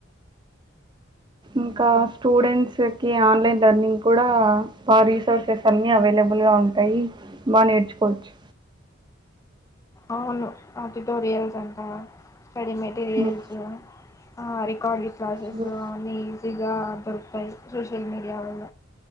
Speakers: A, on the right; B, on the left.
A: ఇంకా స్టూడెంట్స్ కి ఆన్లైన్ లెర్నింగ్ కూడా బా రీసోర్సెస్ అన్ని అవైలబుల్ గా గా ఉంటాయి బా నేర్చుకోవచ్చు
B: అవును ఆ టుటోరియల్స్ అంట స్టడీ మెటీరియల్స్
A: హ్మ్.
B: ఆ రికార్డి క్లాసెస్
A: హ్మ్.
B: అన్ని ఈజీగా దొరుకుతాయి సోషల్ మీడియా వల్ల